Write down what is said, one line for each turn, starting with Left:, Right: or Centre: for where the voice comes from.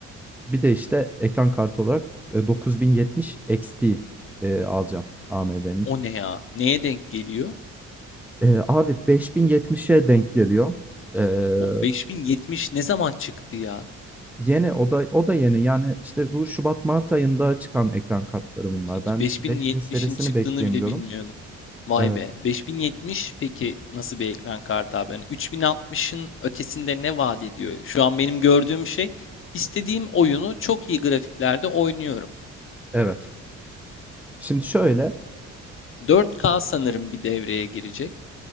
Centre: bir de işte ekran kartı olarak, eee, 9070 XT, eee, alacağım AMD'nin.
Left: O ne ya? Neye denk geliyor?
Centre: Eee, abi 5070'e denk geliyor. Eee
Left: Bu 5070 ne zaman çıktı ya?
Centre: Yeni o da o da yeni. Yani işte bu Şubat Mart ayında çıkan ekran kartları bunlar.
Left: Hiç
Centre: Ben
Left: 5070'in
Centre: işte 5000 serisini
Left: çıktığını
Centre: bekleyeyim
Left: bile
Centre: diyorum.
Left: bilmiyordum. Vay
Centre: Evet,
Left: be. 5070 peki nasıl bir ekran kartı abi? Hani 3060'ın ötesinde ne vaat ediyor? Şu an benim gördüğüm şey istediğim oyunu çok iyi grafiklerde oynuyorum.
Centre: evet. Şimdi şöyle,
Left: 4K sanırım bir devreye girecek.